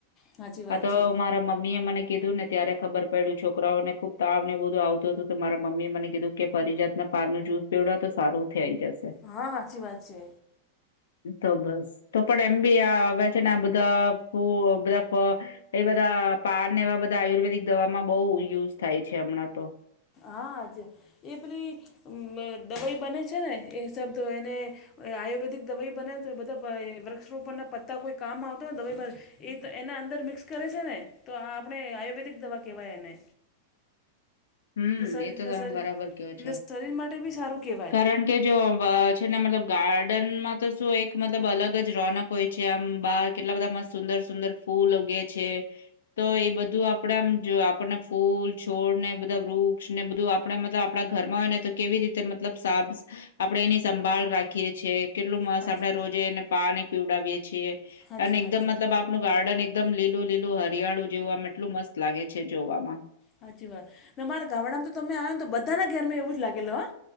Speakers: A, on the left; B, on the left.
A: સાચી
B: હા,
A: વાત
B: તો
A: છે
B: મારા. મમ્મી એ મને કીધું ને ત્યારે ખબર પડ્યું, છોકરાઓને ખુબ તાવ ને બધું આવતું હતું મારા. મમ્મી એ મને કીધું કે, પરીજાત ના પાર નું જુસ પીવડાવો તો સારું થઈ જશે.
A: હા, સાચી વાત છે.
B: <unintelligible> તો બસ તો પણ એમ બી આવે છે ને, આ બધા બધા એ બધા પાાર ને, એવા બધા આયુર્વેદિક દવામાં બહુ યુઝ થાય છે હમણાં તો.
A: હાજ એ પેલી દવાઈ બને છે ને, એ શબદ એને. આયુર્વેદિક દવાઈ બને તો, બધા વર્કશોપ ના પત્તા કોઈ કામ આવતોને દવા. એ એના અંદર મિક્સ કરે છે ને, તો આ આપણે આયુર્વેદિક દવા કેહેવાય એને.
B: હમ,
A: ને શરીર
B: એ તો
A: ને
B: તમે
A: શરીર
B: બરાબર કહો છો,
A: ને શરીર માટે બી સારું કહેવાય
B: કારણ કે જો છે ને, મતલબ ગાર્ડનમાં તો શું? એક મતલબ અલગ જ રોનક. હોય છે, આમ બાર કેટલા બધામાં સુંદર સુંદર ફૂલ ઉગે છે. તો એ બધું આપડે આમ જો આપણને ફૂલ છોડ ને બ વૃક્ષ ને બધું આપણે મતલબ આપણા ઘરમાં હોય ને તો કેવી રીતે મતલબ સાફ આપણે એની સંભાળ રાખીએ છીએ. કેટલું મસ્ત
A: હાચી
B: આપણેે રોજે એને પાણી પીવડાવીએ છીએ
A: હાચી
B: અને એકદમ
A: વાત છે
B: મતલબ આપણું ગાર્ડન એકદમ લીલું લીલું હરિયાળું જેવું આમ એટલું મસ્ત લાગે છે જોવામાં
A: સાચી વાત ને મારા ગામડામાં તો તમે આવયો ને તો બધાના ઘેરમાં એવું જ લાગેલો હા